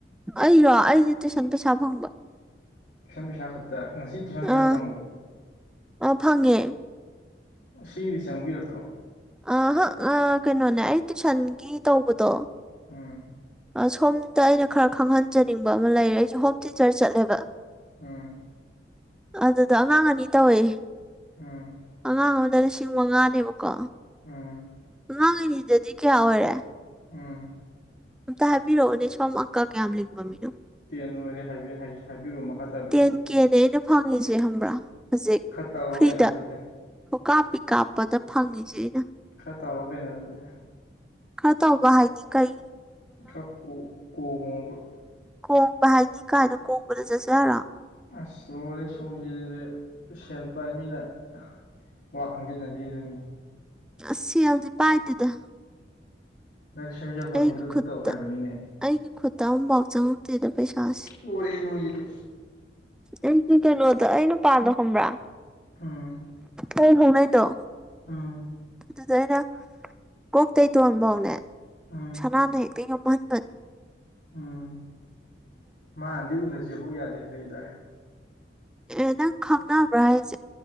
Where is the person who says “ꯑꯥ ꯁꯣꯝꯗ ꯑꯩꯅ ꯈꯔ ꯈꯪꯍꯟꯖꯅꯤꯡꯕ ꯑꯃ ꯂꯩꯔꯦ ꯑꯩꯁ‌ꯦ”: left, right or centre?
Centre